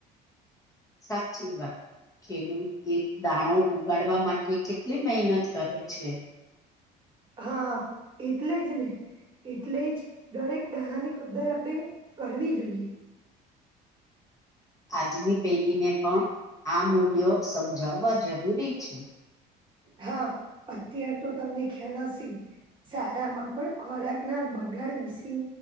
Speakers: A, on the left (about 20°); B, on the right (about 25°).
A: સાચી વાત. ખેડૂત એ દાણો ઉગાડવા માટે કેટલી મહેનત કરે છે.
B: હા એટલે જ ને. એટલે જ દરેક દાણાની કદર આપણે કરવી જોઈએ.
A: આજની પેઢીને પણ આ મૂલ્યો સમજાવવા જરૂરી છે.
B: હા અત્યાર તો તમને ખ્યાલ હશે. શાળામાં પણ ખોરાકના બગાડ વિશે